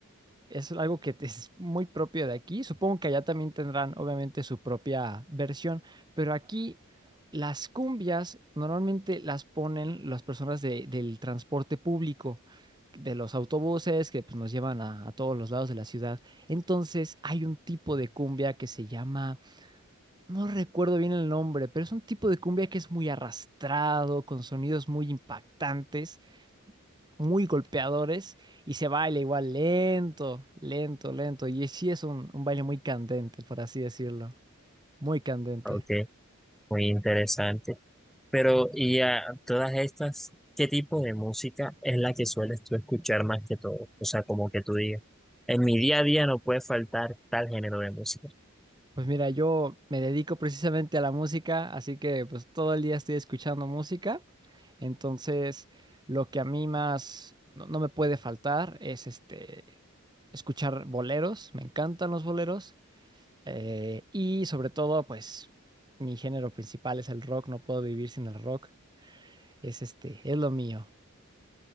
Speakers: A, on the right; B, in the centre.
A: es algo que es muy propio de aquí. Supongo que allá también tendrán, obviamente, su propia versión, pero aquí las cumbias normalmente las ponen las personas de- del transporte público, de los autobuses que pues, nos llevan a, a todos los lados de la ciudad. Entonces hay un tipo de cumbia que se llama, no recuerdo bien el nombre, pero es un tipo de cumbia que es muy arrastrado, con sonidos muy impactantes muy golpeadores y se baila igual lento, lento, lento. Y sí es un, un baile muy candente, por así decirlo. Muy candente.
B: Ok, muy interesante. Pero, y a todas estas, ¿qué tipo de música es la que sueles tú escuchar más que todo? O sea, como que tú digas, en mi día a día no puede faltar tal género de música.
A: Pues mira, yo me dedico precisamente a la música, así que pues todo el día estoy escuchando música. Entonces, lo que a mí más no, no me puede faltar es este escuchar boleros. Me encantan los boleros. eh, y sobre todo, pues mi género principal es el rock. No puedo vivir sin el rock. Es este, es lo mío.